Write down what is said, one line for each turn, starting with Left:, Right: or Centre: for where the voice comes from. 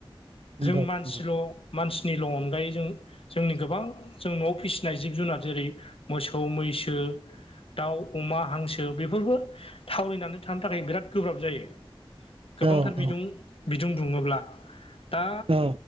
Right: नंगौ
Left: जों मानसिल'
Right: नंगौ
Left: मानसिनिल' अनगायै जों जोंनि गोबां जों न'आव फिसिनाय जिब जुनार जेरै मोसौ मै <unintelligible> दाउ अमा हांसो बेफोरबो थावरिनानै थानो थाखाय बिराद गोब्राब जायो। गोबांथार
Right: औ औ
Left: बिदुं-बिदुं दुङोब्ला दा
Right: औ